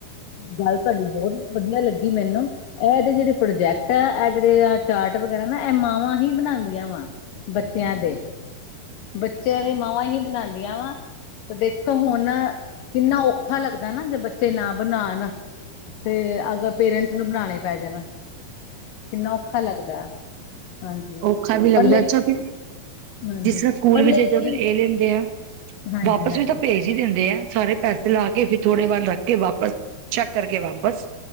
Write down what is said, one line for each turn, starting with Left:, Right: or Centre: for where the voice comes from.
Left: ਗੱਲ ਤੁਹਾਡੀ ਬਹੁਤ ਵਧੀਆ ਲੱਗੀ ਮੈਨੂੰ। ਇਹ ਏਦੇ ਜਿਹੜੇ ਪ੍ਰੋਜੈਕਟ ਆ ਇਹ ਜਿਹੜੇ ਚਾਰਟ ਵਗੈਰਾ ਨਾ ਇਹ ਮਾਵਾਂ ਹੀ ਬਣਾਦੀਆਂ ਵਾ। ਬੱਚਿਆਂ ਦੇ ਬੱਚਿਆਂ ਦੀ ਮਾਵਾਂ ਹੀ ਬਣਾਦੀਆਂ ਵਾ। ਦੇਖੋ ਹੁਨ ਕਿੰਨਾ ਔਖਾ ਲੱਗਦਾ ਨਾ ਜੇ ਬੱਚ ਤੇ ਨਾ ਬਨਾਣ ਤੇ ਅਗਰ ਪੇਰੈਂਟਸ ਨੂੰ ਬਨਾਣੇ ਪੈ ਜਾਣ। ਕਿੰਨਾ ਔਖਾ ਲੱਗਦਾ ਹਾਂਜੀ
Right: ਔਖਾ ਵੀ ਲੱਗਦਾ
Left: ਪਰ ਲੇ
Right: ਅੱਛਾ ਫ।
Left: ਹਾਂਜੀ
Right: ਜਿਸ ਤਰ੍ਹਾਂ ਸਕੂਲ
Left: ਪਰ ਲੇਕਿਨ
Right: ਵੀ ਜੇ ਜਬ ਇਹ ਲੈਂਦੇ ਆ
Left: ਹਾਂਜੀ
Right: ਵਾਪਸ
Left: ਹਾਂਜੀ
Right: ਵੀ ਤਾਂ ਭੇਜ ਭੇਜ ਹੀ ਦਿੰਦੇ ਆ ਸਾਰੇ ਪੈਸੇ ਲਾ ਕੇ ਫੇਰ ਥੋੜੇ ਵਾਰ ਰੱਖ ਕੇ ਵਾਪਸ ਚੈੱਕ ਕਰਕੇ ਵਾਪਸ।